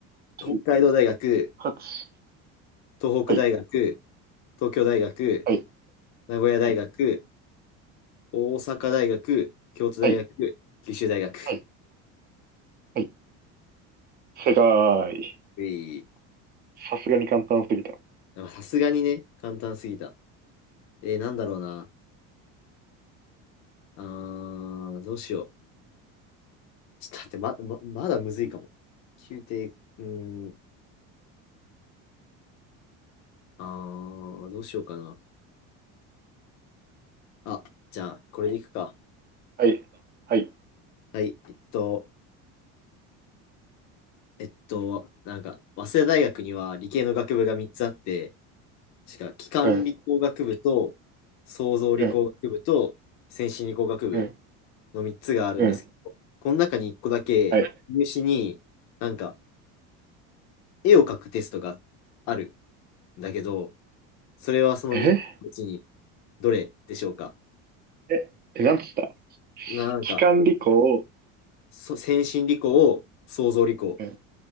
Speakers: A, on the right; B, on the left.
A: 9、
B: 北海道大学、
A: 8。
B: 東北大学、
A: はい。
B: 東京大学、
A: はい。
B: 名古屋大学、
A: はい。
B: 大阪大学、京都大学、
A: はい。
B: 九州大学。
A: はい。はい。正解。
B: うい。
A: さすがに簡単すぎた。
B: でもさすがにね、簡単すぎた。えー、なんだろうな。あー、どうしよう。ちょっと待って、ま、ま、まだむずいかも。宮廷、うーん、あー、どうしようかな。あ、じゃあ、これでいくか。
A: はい。はい。
B: はい、えっと、えっと、なんか、早稲田大学には理系の学部が3つあって、しか、機関理工学部と
A: うん。
B: 創造理工学部と先進理工学部
A: うん。うん。
B: の3つがあるんですけど、
A: うん。
B: この中に1個だけ入試になんか
A: はい。
B: 絵を描くテストがあるんだけど、それはその3つのうちに
A: え
B: どれでしょうか
A: え、え、なんつった
B: なんか、
A: 機関理工。
B: そ先進理工、創造理工、
A: うん。